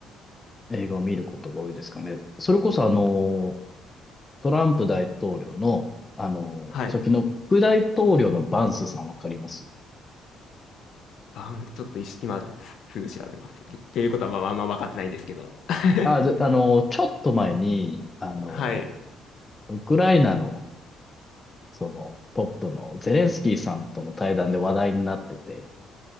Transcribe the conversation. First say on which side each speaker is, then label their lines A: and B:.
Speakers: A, on the left (about 20°); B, on the left (about 65°).
A: 映画を見ることが多いですかね。それこそあの、トランプ大統領の、あの、
B: はい。
A: 初期の副大統領のバンスさんわかります
B: バンちょっといし今すぐ調べます。っていうことはまあ、あんま分かってないんですけど。<laughs>
A: あ、であの、ちょっと前に、あの、
B: はい。
A: ウクライナの、その、トップのゼレンスキーさんとの対談で話題になってて、